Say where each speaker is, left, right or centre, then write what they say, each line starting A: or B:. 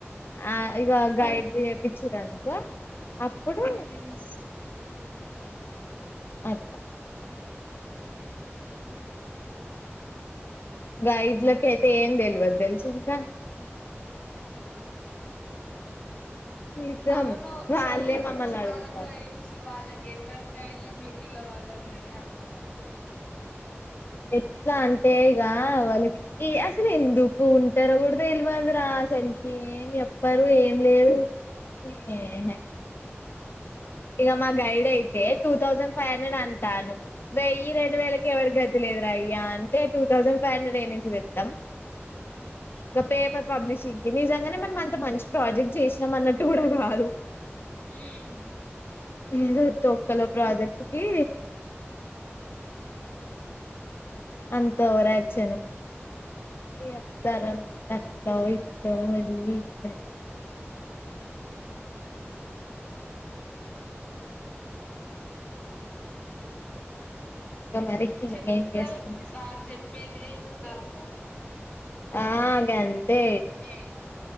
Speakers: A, on the left; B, on the left.
A: ఆ ఇక గైడ్ చెపిచ్చిరనుకో అప్పుడు
B: హ్మ్
A: అద్
B: ఉహుం
A: గైడ్ల కైతే ఏం తెలివదు తెలిసి ఇంకా నిజం
B: అవును
A: వాళ్ళే
B: సోది
A: మమ్మల్ని
B: మొకాలుగా
A: అడుగుతారు
B: అయిచ్చు వాళ్ల ఎవ్వరు గైల్ళని పెట్టిల్లో వాళ్ళని గాని అమ్మో
A: ఎట్లా అంటే ఇగ వాళ్ళకి ఏ అసలు ఎందుకు ఉంటారో కూడా తెల్వదురా అసలికి ఏం చెప్పరు ఏం లేదు ఏహే ఇగ మా గైడ్ అయితే టూ థౌజండ్ ఫైవ్ హండ్రెడ్ అంటాను, వెయ్యి రెండు వేలకి ఎవరికీ గతిలే దురా అయ్యా అంటే టూ థౌజండ్ ఫైవ్ హండ్రెడ్ ఏడ నుంచి తెత్తాం
B: ఉమ్
A: గా పేపర్ పబ్లిషింగ్ కి నిజంగానే మనం అంత మంచి ప్రాజెక్ట్ చేసినాం అన్నట్టు కూడా కాదు
B: ఉమ్
A: ఏందో తొక్కలో ప్రాజెక్ట్ కి ఉండాల అంత ఓవరాక్షన్ ఇగ చెప్తారు అన్నమాట అట్లో ఇట్లో అది ఇది అని ఇక మరి ఇంకేం
B: చెప్తారు
A: చేస్తున్నా
B: వాళ్ళు చెప్పేది యే ఎప్తారు
A: ఆ గంతే
B: ఇగ